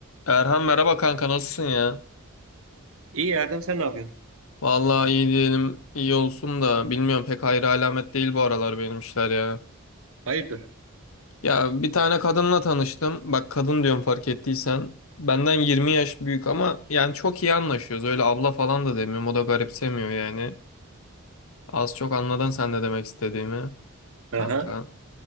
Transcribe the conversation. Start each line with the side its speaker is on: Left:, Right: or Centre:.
Left: Erhan merhaba kanka nasılsın ya?
Right: İyi Erdem sen ne yapıyorsun?
Left: Vallahi iyi diyelim iyi olsun da bilmiyorum pek hayra alamet değil bu aralar benim işler ya.
Right: Hayırdır?
Left: Ya bir tane kadınla tanıştım. Bak kadın diyorum fark ettiysen. Benden 20 yaş büyük ama yani çok iyi anlaşıyoruz. Öyle abla falan da demiyorum. O da garipsemiyor yani. Az çok anladın sen de demek istediğimi kanka.
Right: Aha.